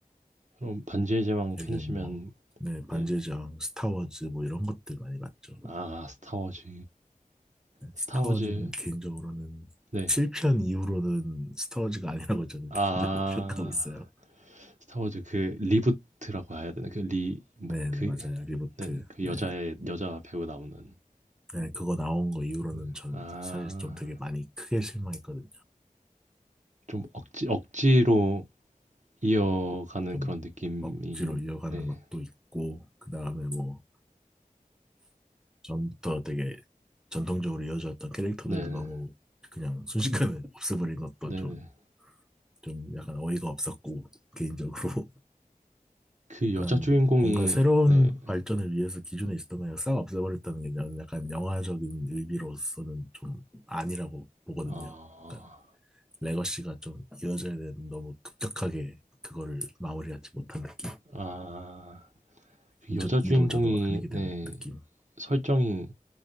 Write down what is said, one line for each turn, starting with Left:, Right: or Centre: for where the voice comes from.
Right: 그럼 반지의 제왕
Centre: <laughs>
Right: 팬이시면
Centre: 요즘 뭐네 반지의
Right: 네.
Centre: 제왕 스타워즈 뭐 이런 것들 많이 봤죠
Right: 아, 스타워즈.
Centre: 네,
Right: 스타워즈.
Centre: 스타워즈는 개인적으로는
Right: 네.
Centre: 7편 이후로는 스타워즈가 아니라고 저는
Right: 아,
Centre: 개인적으로 <laughs> 평가하고 있어요
Right: 스타워즈 그 리부트라고 해야 되나? 그 리, 뭐,
Centre: 네네
Right: 그,
Centre: 맞아요 리부트
Right: 네, 네. 그
Centre: 네
Right: 여자의 여자 배우 나오는.
Centre: 네, 그거 나온 거 이후로는
Right: 네.
Centre: 저는
Right: 아,
Centre: 사실 좀 되게 많이 크게 실망했거든요.
Right: 좀 억지 억지로 이어가는
Centre: 좀
Right: 그런 느낌이
Centre: 억지로 이어가는
Right: 네.
Centre: 것도 있고, 그 다음에 뭐, 전부터 되게 전통적으로 이어졌던 캐릭터들도
Right: 네네.
Centre: 너무 그냥 순식간에 <laughs> 없애버린 것도
Right: 네네.
Centre: 좀, 좀 약간 어이가 없었고, 개인적으로. <laughs>
Right: 그
Centre: 약간
Right: 여자 주인공이
Centre: 뭔가 새로운
Right: 네.
Centre: 발전을 위해서 기존에 있었던 걸 싹 없애버렸다는 게 저는 약간 영화적인 의미로서는 좀 아니라고 보거든요.
Right: 아.
Centre: 그러니까 레거시가 좀 이어져야 되는 너무 급격하게 그거를 마무리하지 못한 느낌.
Right: 아. 그
Centre: 이도,
Right: 여자 주인공이
Centre: 이도 저도 아니게 된
Right: 네.
Centre: 느낌.
Right: 설정이